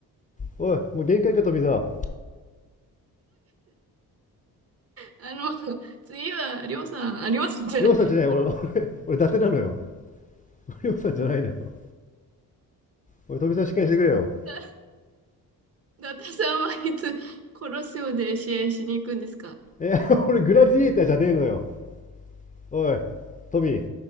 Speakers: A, on the left; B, on the right.
A: おい、もう限界か、富澤。
B: あの、次は、りょうさん、あ、りょうさんじゃないや。
A: りょうさんじゃない、俺、俺、俺伊達なのよ。りょうさんじゃないのよ。おい、富澤しっかりしてくれよ。
B: だ、だたさんはいつ、コロッセオで試合しに行くんですか
A: え、<laughs> 俺グラディエーターじゃねえのよ。おい、富。